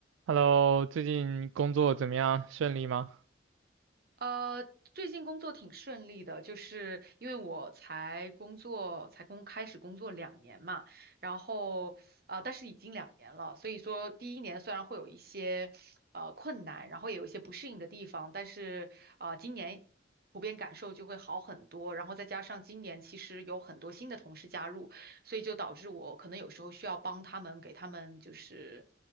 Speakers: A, on the right (about 80°); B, on the right (about 50°).
A: Hello，最近工作怎么样？顺利吗？
B: 呃，最近工作挺顺利的，就是因为我才工作，才工开始工作两年嘛，然后呃，但是已经两年了，所以说第一年虽然会有一些呃困难，然后也有一些不适应的地方，但是呃，今年普遍感受就会好很多，然后再加上今年其实有很多新的同事加入。所以就导致我可能有时候需要帮他们，给他们就是